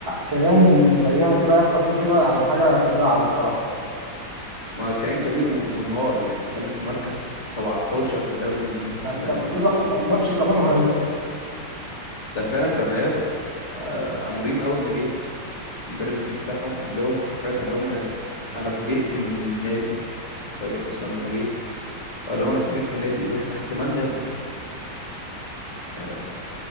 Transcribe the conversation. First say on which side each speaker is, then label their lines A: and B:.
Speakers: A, on the right; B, on the left.
A: كيان زيها كده يحصل فيه كده يعني حاجة تزعل الصراحة
B: ما كان كبير و- وانهار يعني بتتكلم في مركز 17 في الدوري الانجليزي
A: يعني
B: فاهم
A: كان في له ماتش كمان وهيهبط
B: ده فعلا كان هيهبط آه اموريم اول ما جه المدرب الجديد بتاعهم قال لهم حرفيا قال لهم انا فوجئت من النادي الراجل اصلا لما جه قال لهم انا فوجئت من النادي واحنا احتمال نهبط يعني